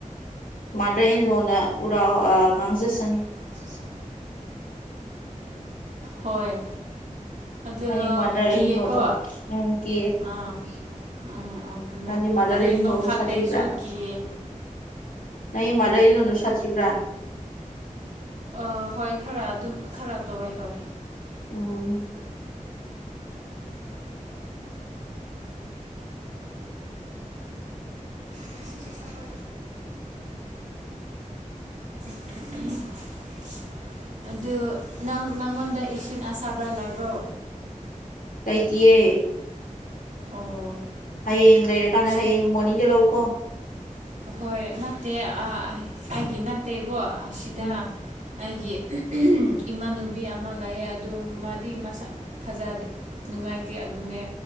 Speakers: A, on the left; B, on the right.
A: ꯃꯥꯗꯔ ꯏꯟ ꯂꯣꯟꯅ ꯎꯔꯥꯎ ꯉꯥꯡꯖꯁꯅꯤ
B: ꯁꯤ ꯍꯣꯏ ꯑꯗꯨ
A: ꯅꯪꯒꯤ ꯃꯥꯗꯔ
B: ꯀꯤꯀꯣ
A: ꯏꯟ ꯂꯣꯗꯣ ꯎꯝ ꯀꯤꯌꯦ
B: ꯑꯥ ꯎꯝ ꯑꯗꯨ
A: ꯅꯪꯒꯤ ꯃꯥꯗꯔ
B: ꯃꯗꯩ
A: ꯏꯟ
B: ꯂꯣ
A: ꯂꯣꯗꯣ
B: ꯐꯠꯇꯦꯁꯨ
A: ꯁꯥꯊꯤꯕ꯭ꯔꯥ
B: ꯀꯤꯌꯦ
A: ꯅꯪꯃꯗ꯭ꯔ ꯏ ꯂꯣꯟꯅꯨ ꯁꯥꯊꯤꯕꯥ
B: ꯑ ꯍꯣꯏ ꯈꯔ ꯑꯗꯨꯝ ꯈꯔ ꯇꯧꯋꯦ ꯍꯣꯏ
A: ꯎꯝ
B: ꯃꯁꯤꯁꯤꯁꯨ ꯁꯔ ꯎꯝ ꯑꯗꯨ ꯅꯪ ꯅꯪꯉꯣꯟꯗ ꯏꯁꯤꯡ ꯑꯁꯥꯕ꯭ꯔꯥ ꯂꯥꯏꯕ꯭ꯔꯣ
A: ꯇꯥꯏꯀꯤꯦ
B: ꯑꯣ
A: ꯍꯌꯦꯡ ꯂꯩꯔꯀꯥꯟꯗ
B: ꯁꯤ
A: ꯍꯌꯦꯡ ꯃꯣꯔꯅꯤꯡꯗ ꯂꯎꯀꯣ
B: ꯍꯣꯏ ꯅꯠꯇꯦ ꯑꯩꯒꯤ ꯅꯠꯇꯦꯀꯣ ꯑꯁꯤꯗ
A: ꯎꯝ
B: ꯑꯩꯒꯤ ꯏꯃꯥꯟꯅꯨꯕꯤ ꯑꯃ ꯂꯩ ꯑꯗꯨ ꯃꯥꯗꯤ ꯃꯁꯥ ꯐꯖꯗꯦ ꯅꯨꯡꯉꯥꯏꯇꯦ ꯑꯗꯨꯅꯦ